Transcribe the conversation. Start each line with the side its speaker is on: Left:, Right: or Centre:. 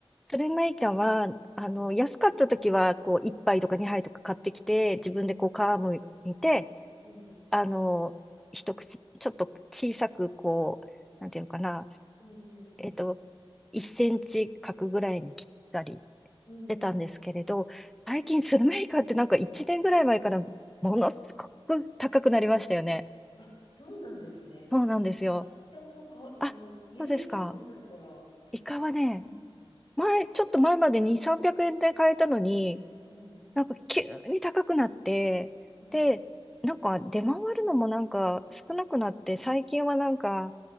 Centre: それまいちゃんは、あの、
Left: うん
Centre: 安かった時は、こう、1杯とか2杯とか買ってきて、自分でこう、
Left: うん
Centre: 皮むいて、
Left: うん
Centre: あの、一口、ちょっと小さく、こう、なんていうのかな、
Left: うんうん
Centre: えっと、1センチ角ぐらいに切ったりし
Left: うんうん
Centre: てたんですけれど、最近、スルメイカってなんか1年ぐらい前から、ものすごく高くなりましたよね。
Left: あ、そうなんですね。
Centre: そうなんですよ。
Left: スイカってあんまか、
Centre: あ、
Left: あの、家で食べないから。
Centre: そうですか。イカはね、
Left: うん。
Centre: 前、ちょっと前までに300円で買えたのに、
Left: うん。
Centre: なんか急に高くなって、
Left: うん。
Centre: で、なんか出回るのもなんか少なくなって、最近はなんか、